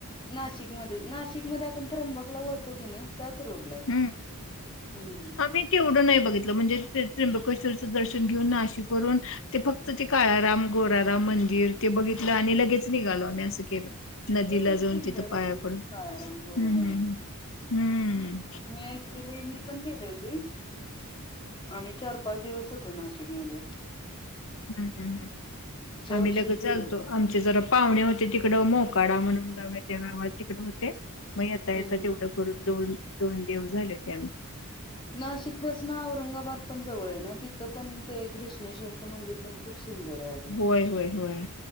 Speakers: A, on the left (about 20°); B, on the left (about 60°).
A: नाशिकमध्ये नाशिकमध्ये आपण तर त्रबंकला होतो की नाही? त्याच रोडला आहे
B: ह्म.
A: हम्म
B: आम्ही तेवढं नाही बघितलं म्हणजे त्र्यंबकेश्वरचं दर्शन घेऊन नाशिक करून ते फक्त ते काळाराम गोराराम मंदिर ते बघितलं आणि लगेच निघालो आम्ही असं केलं. नदीला
A: ते पण
B: जाऊन
A: सुंदर
B: तिथं
A: आहे
B: पाया
A: म्हणजे
B: पडून.
A: काळाराम गोराराम
B: हम्म, हम्म, हम्, हम्म.
A: मी ऐकले, मी पण गेले होते. आम्ही चार-पाच दिवस होतो नाशिक मध्ये.
B: हम्, हम्, हम्. आम्ही
A: वर्षीच
B: लगेच
A: गेले
B: आलतो,
A: होते.
B: आमचे जरा पाहुणे होते तिकड, मोकाडा म्हणून गाव त्या गावात तिकडे होते. मग येता
A: हम्म.
B: येत तेवढं करून दोन दोन दिवस झाले होते आमचे.
A: नाशिक पासन औरंगाबाद. पण जवळ आहे ना, तिथं पण ते गृष्णेश्वरचं मंदिर पण खूप. सुंदर आहे अग,
B: होय होय होय